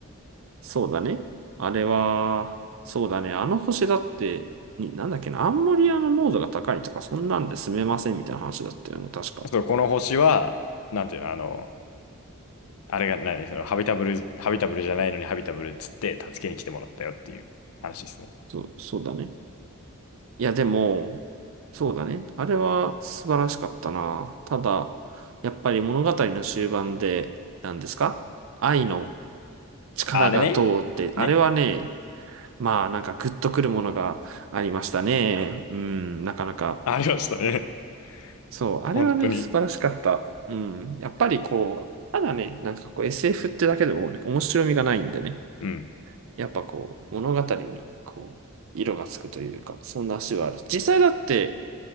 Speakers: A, on the right (about 60°); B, on the left (about 75°).
A: そうだね。あれは、そうだね。あの星だって、に、なんだっけな、アンモニアの濃度が高いとか、そんなんで住めませんみたいな話だったよね、確か。
B: そう、この星は、なんていうの、あの、あれが何、その、ハビタブル、ハビタブルじゃないのにハビタブルっつって助けに来てもらったよっていう話ですね。
A: そう、そうだね。いや、でも、そうだね。あれは素晴らしかったな。ただ、やっぱり物語の終盤で、何ですか愛の力がどうって、
B: あれね。
A: あれはね、
B: ね。
A: まあ、なんかグッとくるものがありましたね。うん、なかなか。
B: ありましたね。
A: そう、
B: <laughs>
A: あれはね、
B: 本当に。
A: 素晴らしかった。うん。やっぱりこう、ただね、なんかこう SF ってだけでもね、面白みがないんでね、
B: うん。
A: やっぱこう、物語にこう、色がつくというか、そんな足はある。実際だって、